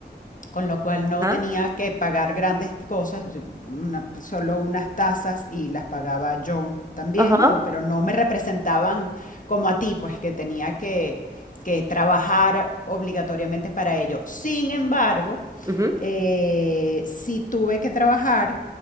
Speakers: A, on the left; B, on the right.
A: con lo cual no
B: Ajá,
A: tenía que pagar grandes cosas, yo- una- solo unas tasas y las pagaba yo también,
B: ajá,
A: ¿no? pero no me representaban como a ti, pues que tenía que, que trabajar obligatoriamente para ello. Sin embargo,
B: ujú,
A: eh, sí tuve que trabajar,